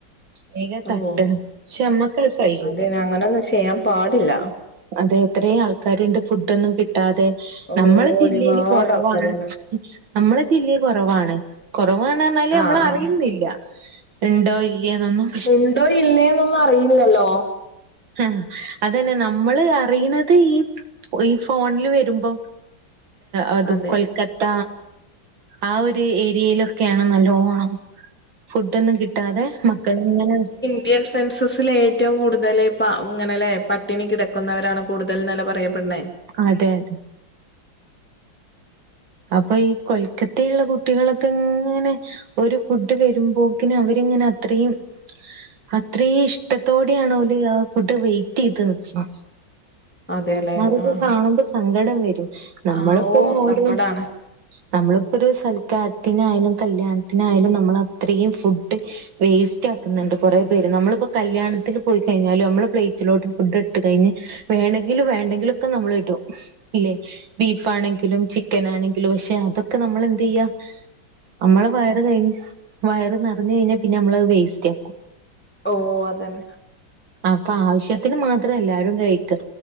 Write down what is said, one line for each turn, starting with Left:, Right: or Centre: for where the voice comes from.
Right: <unintelligible>
Centre: ഓ
Right: തട്ട്ണ് ശേ അമ്മക്ക് അത് കയ്യൂല.
Centre: അതെ അങ്ങനൊന്നും ചെയ്യാൻ പാടില്ല
Right: അതെ എത്രേ ആൾക്കാര്ണ്ട് ഫുഡ്ഡ് ഒന്നും കിട്ടാതെ
Centre: ഓ
Right: നമ്മളെ ജില്ലയില്
Centre: ഒരുപാട്
Right: കൊറവാണ്.
Centre: ആൾക്കാരുണ്ട്
Right: നമ്മളെ ജില്ലേ കൊറവാണ് കൊറവാണർഞ്ഞാല്
Centre: ആഹ്
Right: അമ്മള്
Centre: ആഹ്
Right: അറിയുന്നില്ല. ഇണ്ടോ ഇല്ലെന്നൊന്നും
Centre: ഉണ്ടോ ഇല്ലേന്നൊന്നും അറിയില്ലല്ലോ.
Right: ആഹ് അതന്നെ നമ്മള് അറിയ്ണത് ഈ ഫോൺല് വരുമ്പം അത്
Centre: അതെ
Right: കൊൽക്കത്ത ആ ഒരു ഏരിയയിലൊക്കെയാണ് നല്ലോണം ഫുടൊന്നും കിട്ടാതെ മക്കള്ങ്ങനെ
Centre: എം സെൻസസ്ല് ഏറ്റവും കൂടുതല് പ ഇങ്ങനെല്ലെ പട്ടിണി കിടക്കുന്നവരാണ് കൂടുതൽ ന്നല്ലെ പറയപ്പെട്ണേ.
Right: അതെ അതെ അപ്പൊ ഈ കൊൽക്കത്തേല്ള്ള കുട്ടികളൊക്കെ ങ്ങനെ ഒരു ഫുഡ് വരുമ്പോക്കിന് അവരിങ്ങനെ അത്രയും അത്രീം ഇഷ്ടത്തോടെയാണ് ഓല് ആ ഫുഡ് വെയിറ്റെയ്ത് നിക്ക്ണ്.
Centre: അതേല്ലേ
Right: അതൊക്കെ
Centre: ആഹ്
Right: കാണുമ്പോ സങ്കടം വരും നമ്മള്പ്പം
Centre: ആഹ് ആ ഓ
Right: ഓരോ
Centre: സങ്കടാണ്
Right: നമ്മള്പ്പോ ഒരു സൽക്കാര്ത്തിനായാലും കല്യാ ൺത്തിനായാലും നമ്മളത്രീം ഫുഡ് വേസ്റ്റ് ആക്ക്ന്ന്ണ്ട് കൊറെ പേര്. നമ്മള്പ്പോ കല്യാണത്തില് പോയി കഴിഞ്ഞാലും നമ്മള് പ്ലേറ്റിലോട്ട് ഫുഡ് ഇട്ട് കഴിഞ്ഞ് വേണങ്കിലും വേണ്ടെങ്കിലൊക്കെ നമ്മള് ഇടും ഇല്ലേ ബീഫാണെങ്കിലും ചിക് ക്കനാണെങ്കിലും പശേ അതൊക്കെ നമ്മള് എന്തെയ്യാ? അമ്മളെ വയറ് കഴിഞ്ഞ വയറ് നറഞ്ഞ് കയിഞ്ഞാ പിന്നെ അമ്മളത് വേസ്റ്റാക്കും.
Centre: ഓഹ് അതന്നെ
Right: അപ്പൊ ആവശ്യത്തിന് മാത്രം എല്ലാരും കഴിക്ക.